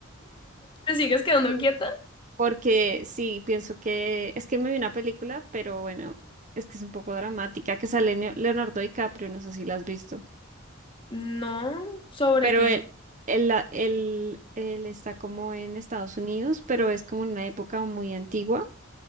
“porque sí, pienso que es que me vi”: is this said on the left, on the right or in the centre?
Right